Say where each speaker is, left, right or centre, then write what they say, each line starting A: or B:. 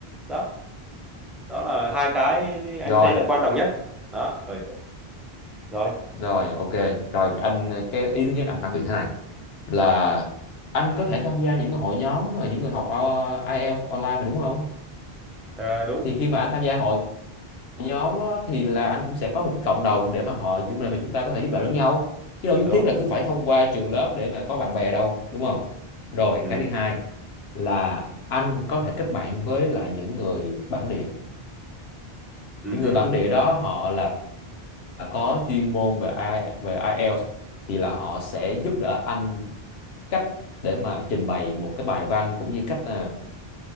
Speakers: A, in the centre; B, on the left.
A: đó đó là hai cái em
B: rồi
A: thấy là quan trọng nhất đó rồi rồi
B: Rồi, ok. Rồi anh cái ý thứ nhất anh phản biện thế này là anh có thể tham gia những hội nhóm mà những người học ờ, IELTS online mà đúng không?
A: Ờ, đúng
B: Thì khi mà anh tham gia hội nhóm á, thì là anh cũng sẽ có một cái cộng đồng để mà họ chúng này mà chúng ta có thể giúp đỡ lẫn nhau. Chứ đâu nhất
A: đúng
B: thiết là cứ phải thông qua trường lớp để mà có bạn bè đâu, đúng không? Rồi,
A: ừ.
B: cái thứ hai là anh có thể kết bạn với lại những người bản địa
A: Ừ.
B: những
A: hứ,
B: người bản địa đó họ là có chuyên môn về I, về IELTS thì là họ sẽ giúp đỡ anh cách để mà trình bày một cái bài văn cũng như cách ờ,